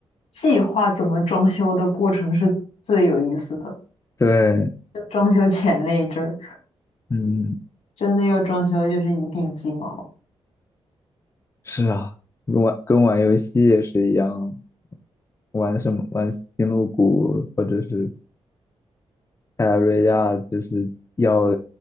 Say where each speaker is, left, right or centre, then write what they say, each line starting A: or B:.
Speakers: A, on the left; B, on the left.
A: 计划怎么装修的过程是最有意思的，
B: 对，
A: 就装修前那一阵儿，
B: 嗯，
A: 真的要装修就是一地鸡毛，
B: 是啊，跟玩跟玩游戏也是一样，玩什么玩星露谷或者是泰拉瑞亚就是要